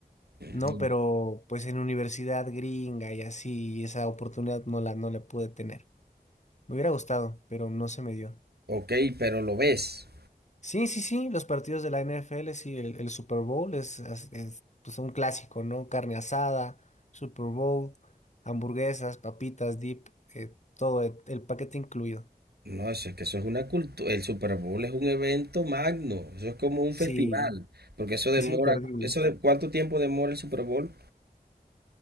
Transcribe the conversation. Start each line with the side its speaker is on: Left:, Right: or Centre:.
Right: Mm.
Left: ¿no? Pero pues en universidad gringa y así, esa oportunidad no la, no la pude tener. Me hubiera gustado, pero no se me dio.
Right: Ok, pero lo ves.
Left: Sí, sí, sí, los partidos de la NFL, sí, el, el Super Bowl es, es- es, pues, un clásico, ¿no? Carne asada, Super Bowl, hamburguesas, papitas, dip, eh, todo el, el paquete incluido.
Right: No, eso es que eso es una cultura. El Super Bowl es un evento magno. Eso es como un festival.
Left: Sí,
Right: Porque eso demora.
Left: es imperdible.
Right: ¿Eso de cuánto tiempo demora el Super Bowl?